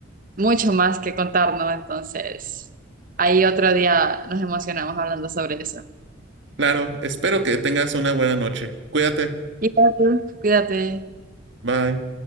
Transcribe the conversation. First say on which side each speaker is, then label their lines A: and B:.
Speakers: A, on the right (about 40°); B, on the right (about 60°).
A: mucho más que contarnos. Entonces, ahí otro día nos emocionamos hablando sobre eso.
B: Claro, espero que tengas una buena noche. Cuídate.
A: Y cuídate. Cuídate.
B: Bye.